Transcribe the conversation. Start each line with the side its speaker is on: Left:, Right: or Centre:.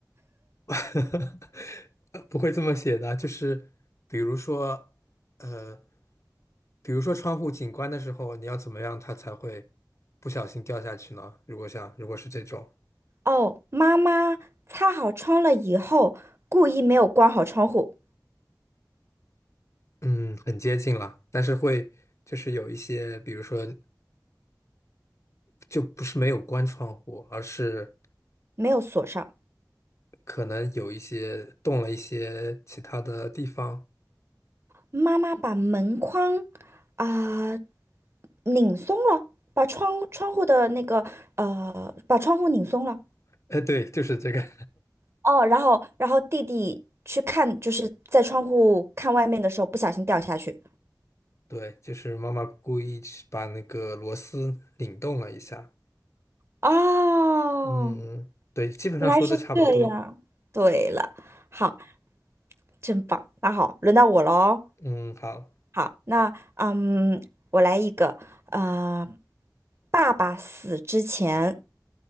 Left: <laughs> 呃不会这么写的，就是比如说，呃，比如说窗户景观的时候，你要怎么样它才会不小心掉下去呢？如果像如果是这种，
Right: 哦，妈妈擦好窗了以后，故意没有关好窗户，
Left: 嗯，很接近了，但是会就是有一些，比如说就不是没有关窗户，而是
Right: 没有锁上。
Left: 可能有一些动了一些其他的地方。
Right: 妈妈把门框啊、拧松了，把窗窗户的那个呃，把窗户拧松了。
Left: <laughs> 哎，对，就是这个。
Right: 哦，然后然后弟弟去看，就是在窗户看外面的时候不小心掉下去。
Left: 对，就是妈妈故意去把那个螺丝拧动了一下。
Right: 哦，
Left: 嗯，对，基本上说的差不多。
Right: 原来是这样。对了，好，真棒。那好，轮到我喽。
Left: 嗯，好，
Right: 好，那嗯，我来一个，呃，爸爸死之前